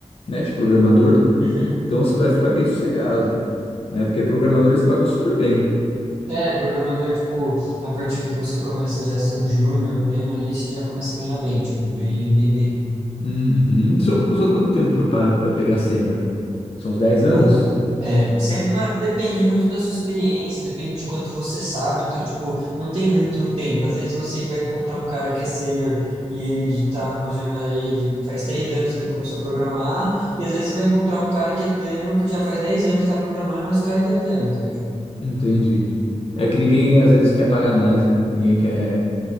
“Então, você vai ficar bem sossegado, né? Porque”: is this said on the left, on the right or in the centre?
Left